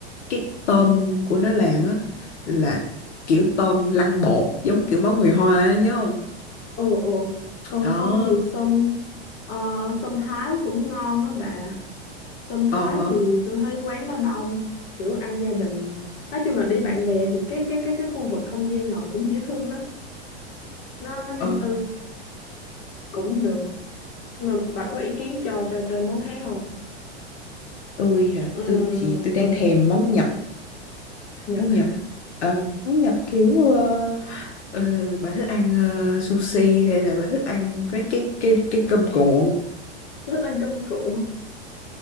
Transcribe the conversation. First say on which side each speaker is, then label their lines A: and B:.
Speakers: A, on the left; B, on the left.
A: cái tôm của nó làm á là kiểu tôm lăn bột giống kiểu món người Hoa á, nhớ không
B: ồ ồ còn
A: đó
B: không thì sâm ờ, sâm Thái cũng ngon á bà Sâm Thái
A: ờ
B: thì tôi thấy quán nó đông kiểu ăn gia đình nói chung là đi bạn bè thì cái cái cái cái khu vực không gian ngồi cũng dễ thương lắm nó nó riêng
A: ờ
B: tư cũng được mà bà có ý kiến cho cho cho món khác không
A: tôi hả
B: ừ
A: tôi thì tôi đang
B: ừ
A: thèm món Nhật
B: Nhật
A: món Nhật
B: hả
A: ờ, món Nhật kiểu ờ, ờ, bà thích ăn ờ, sushi hay là bà thích ăn mấy cái cái cái cơm cuộn
B: tôi thích ăn cơm cuộn